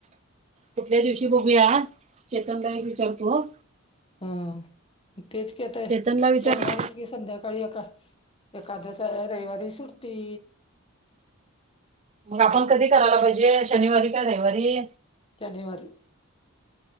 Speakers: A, on the right; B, on the left.
A: कुठल्या दिवशी बघूया चेतन ल एक विचारतो
B: हा तेच के आताय
A: चेतनला विचार
B: शनिवारीच ि संध्याकाळी एका एकादशी रविवारी सुट्टी
A: मग आपण कधी करायला पाहिजे शनिवारी का रविवारी
B: शनिवारी